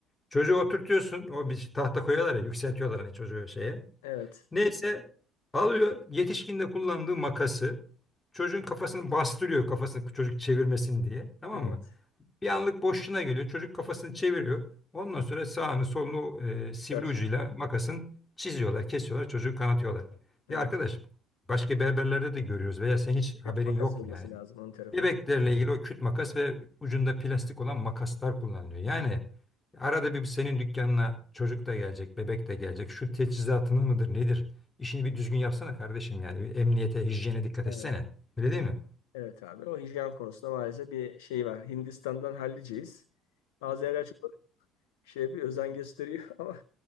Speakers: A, on the left (about 20°); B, on the left (about 80°).
A: çocuğu oturtuyorsun. O bir tahta koyuyorlar ya yükseltiyorlar hani çocuğu şeye.
B: evet
A: Neyse alıyor yetişkinde kullandığı makası çocuğun kafasını bastırıyor kafasını çocuk çevirmesin diye tamam
B: evet
A: mı? Bir anlık boşluğuna geliyor çocuk kafasını çeviriyor. Ondan sonra sağını solunu e, sivri
B: ver.
A: ucuyla makasın çiziyorlar kesiyorlar çocuğu kanatıyorlar. Ya
B: Evet.
A: arkadaş başka berberlerde de görüyoruz veya sen hiç
B: Kötü
A: haberin
B: makas
A: yok
B: olması
A: mu yani?
B: lazım onun tarafı.
A: Bebeklerle ilgili o küt makas ve ucunda plastik olan makaslar kullanılıyor. Yani arada bir senin dükkanına çocuk da gelecek, bebek de gelecek. Şu teçhizatının mıdır, nedir? İşini bir düzgün yapsana kardeşim yani. Bir emniyete, hijyene dikkat
B: Evet
A: etsene. Öyle değil mi?
B: evet abi. O hijyen konusunda maalesef bir şey var. Hindistan'dan halliceyiz. Bazı yerler çok şey bir özen gösteriyor <laughs> ama